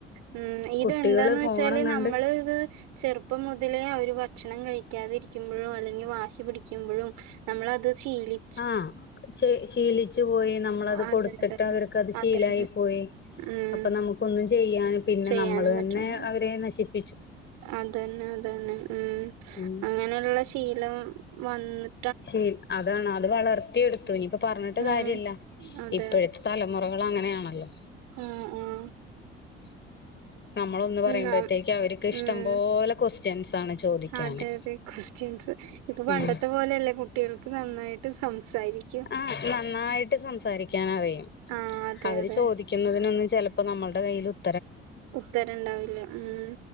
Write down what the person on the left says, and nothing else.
കുട്ടികള് ഫോണും കണ്ട്
ആ ശീലിച്ചു പോയി നമ്മളത്-
കൊടുത്തിട്ട്
അവർക്കത്
ശീലായി പോയി.
അപ്പോ നമുക്കന്നും ചെയ്യൻ പിന്നെ,
നമ്മള്ന്നെ
അവരെ നശിപ്പ-
ഉം
ശീ അതാണ് അത്- വളർത്തിയെടുത്തു ഇനിയിപ്പ- പറഞ്ഞിട്ട്
കാര്യല്ല
ഇപ്പഴത്തെ തലമുറ, മുറകൾ അങ്ങനെയാണല്ലോ.
<inaudible> നമ്മളൊന്ന് പറയുമ്പോഴത്തേക്ക്-
അവർക്ക് ഇഷ്ടംപോലെ
ക്യുസ്- സ്റ്റിൻണ് ചോദിക്കാന്.
ഉം
ആ നന്നായിട്ട് സംസാരിക്കാനറിയ-
അവര്
ചോ- ക്കുന്നതിനൊന്നും ചിലപ്പോൾ- നമ്മുടെ കയ്യിൽ <inaudible>